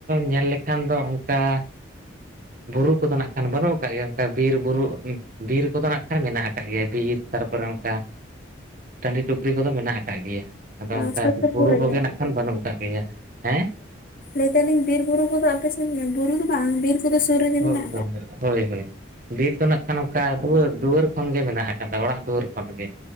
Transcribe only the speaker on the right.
ᱧᱮᱞ ᱞᱮᱠᱷᱟᱱ ᱫᱚ ᱚᱝᱠᱟ ᱵᱩᱨᱩ ᱠᱚᱫᱚ ᱱᱟᱜ ᱠᱷᱟᱱ ᱵᱟᱹᱱᱩᱜ ᱟᱠᱟᱫ ᱜᱮᱭᱟ ᱚᱱᱠᱟ ᱵᱤᱨ ᱵᱩᱨᱩ ᱵᱤᱨ ᱠᱚᱫᱚ ᱱᱟᱜ ᱠᱷᱟᱱ ᱢᱮᱱᱟᱜ ᱟᱠᱟᱫ ᱜᱮᱭᱟ ᱵᱤᱨ ᱛᱟᱨᱯᱚᱨᱮ ᱚᱱᱠᱟ ᱴᱟᱺᱰᱤ ᱴᱩᱯᱨᱤ ᱠᱚᱫᱚ ᱢᱮᱱᱟᱜ ᱟᱠᱟᱫ ᱜᱮᱭᱟ᱾ ᱟᱫᱚ
ᱚᱱᱠᱟ
ᱵᱩᱨᱩ
ᱠᱚᱜᱮ ᱱᱟᱜ ᱠᱷᱟᱱ ᱵᱟᱹᱱᱩᱜ ᱠᱟᱜ ᱜᱮᱭᱟ ᱦᱮᱸ
ᱦᱳᱭ
ᱦᱳᱭ
ᱦᱳᱭ ᱦᱳᱭ ᱵᱤᱨ ᱫᱚ ᱱᱟᱜ ᱠᱷᱟᱱ ᱚᱱᱠᱟ ᱫᱩᱣᱟᱹᱨ ᱫᱩᱣᱟᱹᱨ ᱠᱷᱚᱱ ᱜᱮ ᱢᱮᱱᱟᱜ ᱟᱠᱟᱫᱟ ᱚᱲᱟᱜ ᱫᱩᱣᱟᱹᱨ ᱠᱷᱚᱱᱜᱮ